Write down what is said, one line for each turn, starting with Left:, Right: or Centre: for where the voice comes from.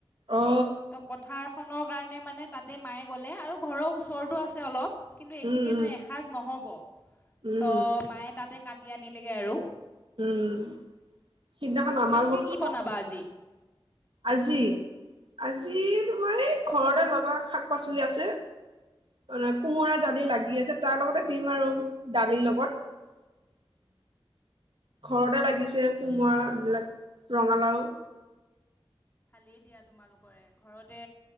Right: অ
Left: তো পথাৰখনৰ কাৰণে মানে মানে তাতে মায়ে গ'লে আৰু ঘৰৰ ওচৰতো আছে অলপ। কিন্তু এইখিনিয়ে
Right: উম উম
Left: মানে এসাঁজ নহ'ব।
Right: উম
Left: ত' মায়ে তাতে কাটি আনিলেগে আৰু।
Right: উম'। সিদিনাখন
Left: তোমালোকে
Right: আমাৰ ঘৰত,
Left: কি বনাবা আজি
Right: আজি, আজি তোমাৰ এই, ঘৰতে লগা শাক-পাচলি আছে কোমোৰা জালি লাগি আছে তাৰ লগতে দিম আৰু দালিৰ লগত। উম। ঘৰতে
Left: ভাল ভাল
Right: লাগিছে কোমৰা এই বিলাক, ৰঙালাও।
Left: দিয়া তোমালোকৰে ঘৰতে